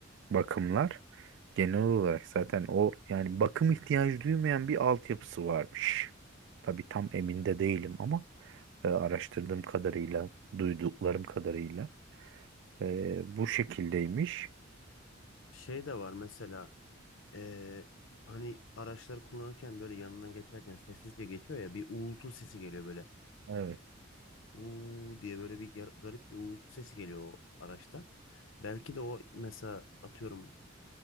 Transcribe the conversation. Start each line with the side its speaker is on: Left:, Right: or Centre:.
Right: bakımlar. Genel olarak zaten o yani bakım ihtiyacı duymayan bir altyapısı varmış. Tabii tam emin de değilim ama e, araştırdığım kadarıyla, duyduklarım kadarıyla e, bu şekildeymiş.
Left: Şey de var mesela. Ee, hani araçları kullanırken böyle yanından geçerken sessizce geçiyor ya bir uğultu sesi geliyor böyle.
Right: Evet.
Left: Uuu diye böyle bir gar- garip bir uğultu sesi geliyor o araçtan. Belki de o mesela atıyorum